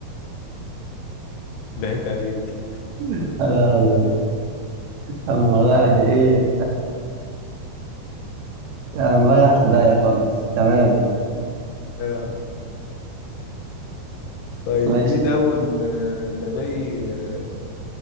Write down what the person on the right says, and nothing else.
يا نهار أبيض الموضوع يعني إيه <laughs> ما راحت في داهية خالص تمام
ماشي